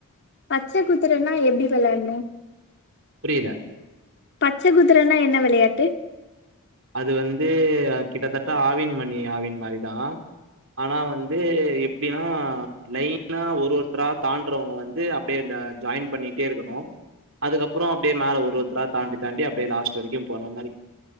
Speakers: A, on the left; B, on the right.
A: பச்ச குதிரன்னா எப்டி விளாட்ணு
B: புரியல
A: பச்ச குதிரன்னா என்ன விளயாட்டு
B: அது வந்து கிட்டத்தட்ட ஆவின் மணி ஆவின் மாரிதா ஆனா வந்து எப்டின்னா லைனா ஒரு ஒருத்தரா தாண்டுறவங்க வந்து அப்டியே ஆ ஜாயின் பண்ணிட்டே இருக்கணு அதுக்கப்பறோ அப்டியே மேல ஒரு ஒருத்தரா தாண்டி தாண்டி அப்டியே லாஸ்ட் வரக்கு போற மாரி